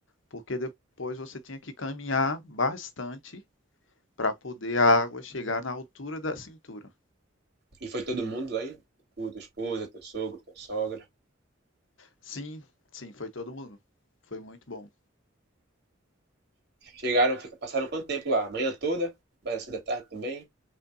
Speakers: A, on the left; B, on the right.
A: porque depois você tinha que caminhar bastante para poder a água chegar na altura da cintura.
B: E foi todo mundo lá aí? Tu, tua esposa, teu sogro, tua sogra.
A: Sim, sim, foi todo mundo. Foi muito bom.
B: Chegaram, fica- passaram quanto tempo lá? A manhã toda? Parece da tarde também?